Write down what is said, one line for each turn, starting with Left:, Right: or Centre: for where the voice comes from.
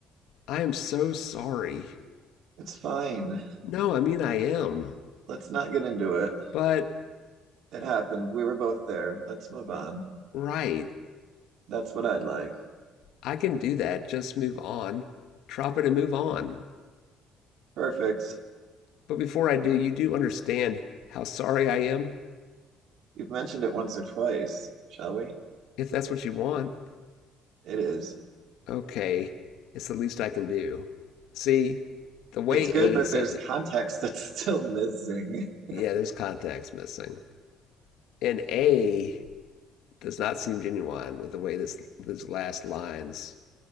Left: I am so sorry.
Right: It's fine.
Left: No, I mean, I am.
Right: Let's not get into it.
Left: But,
Right: It happened. We were both there. Let's move on.
Left: right,
Right: That's what I'd like.
Left: I can do that. Just move on. Drop it and move on.
Right: Perfect.
Left: But before I do, you do understand how sorry I am?
Right: You've mentioned it once or twice, shall we?
Left: If that's what you want,
Right: It is.
Left: okay. It's the least I can do. See, the way
Right: It's good,
Left: A
Right: but
Left: says
Right: there's
Left: it,
Right: context <laughs> that's still missing. <laughs>
Left: yeah, there's context missing. And A does not seem genuine with the way this this last lines